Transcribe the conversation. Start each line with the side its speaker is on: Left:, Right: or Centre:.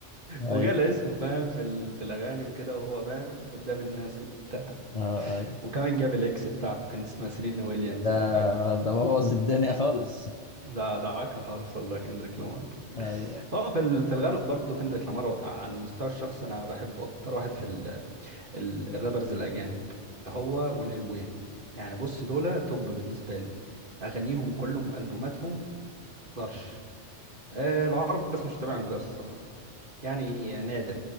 Left: ايوه
Right: وجال اسمه فاهم في ال... في الاغاني وكده وهو فاهم قدام الناس وبتاع
Left: اه ايوه
Right: وكمان جاب الاكس بتاعته كانت اسمها سيلينا ويليامز
Left: ده
Right: لو تعرفها
Left: ده بوظ الدنيا خالص
Right: ده دعاكها خالص والله كندريك لامار
Left: ايوه
Right: هو في ال... في الغالب برضه كندريك لامار على المستوى الشخصي انا بحبه اكتر واحد في ال... ال... الرابرز الاجانب هو وليل وين يعني بص دول توب بالنسبه لي اغانيهم كلهم البوماتهم طرش آه العرب بس مش تابعهم جوي الصراحه يعني نادر